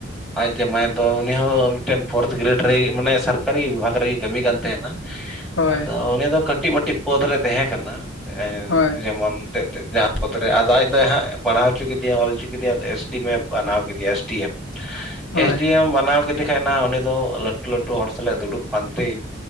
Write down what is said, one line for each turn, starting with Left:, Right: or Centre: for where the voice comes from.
Centre: ᱟᱡ ᱡᱟᱢᱟᱭ ᱫᱚ ᱩᱱᱤ ᱦᱚᱸ ᱢᱤᱫᱴᱮᱱ ᱯᱷᱳᱨᱛᱷ ᱜᱨᱮᱰ ᱨᱮ ᱢᱟᱱᱮ ᱥᱟᱨᱠᱟᱨᱤ ᱵᱤᱵᱷᱟᱜᱽ ᱨᱮᱜᱮ ᱠᱟᱹᱢᱤ ᱠᱟᱱ ᱛᱟᱦᱮᱱᱟ᱾
Left: ᱦᱳᱭ
Centre: ᱟᱫᱚ ᱩᱱᱤ ᱫᱚ ᱠᱟᱹᱴᱤᱡ ᱢᱟᱹᱴᱤᱡ ᱯᱚᱫ ᱨᱮ ᱛᱟᱦᱮᱸ ᱠᱟᱱᱟ, ᱮᱸ
Left: ᱦᱳᱭ
Centre: ᱡᱮᱢᱚᱱ ᱮᱱᱛᱮᱫ ᱛᱮᱜ ᱡᱟᱦᱟᱸ ᱯᱚᱫ ᱨᱮ ᱟᱫᱚ ᱟᱡ ᱫᱚᱭ ᱦᱟᱸᱜ ᱯᱟᱲᱦᱟᱜ ᱦᱚᱪᱚ ᱠᱮᱫᱮᱭᱟ, ᱚᱞ ᱦᱚᱪᱚ ᱠᱮᱫᱮᱭᱟ ᱟᱫᱚ ᱮᱥ ᱰᱤ ᱮᱢ ᱮ ᱵᱮᱱᱟᱣ ᱠᱮᱫᱮᱭᱟ ᱮᱥ ᱰᱤ ᱮᱢ,
Left: ᱦᱳᱭ
Centre: ᱮᱥ ᱰᱤ ᱮᱢ ᱵᱟᱱᱟᱣ ᱠᱮᱫᱮ ᱠᱷᱟᱡ ᱱᱟᱦᱟᱜ ᱩᱱᱤ ᱫᱚ ᱞᱟᱹᱴᱩ ᱞᱟᱹᱴᱩ ᱦᱚᱲ ᱥᱟᱞᱟᱜ ᱮ ᱫᱩᱲᱩᱵ ᱯᱟᱱᱛᱮ